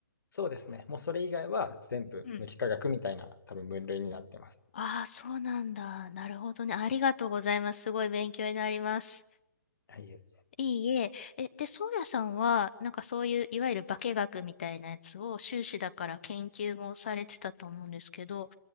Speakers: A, on the left; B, on the left.
A: そうですね。もうそれ以外は全部無機化学みたいな多分分類になってます。
B: うん。ああ、そうなんだ。なるほどね。ありがとうございます。すごい勉強になります。
A: はい。
B: いいえ。え、で、ソーヤさんは、なんかそういう、いわゆる化学みたいなやつを、修士だから研究もされてたと思うんですけど、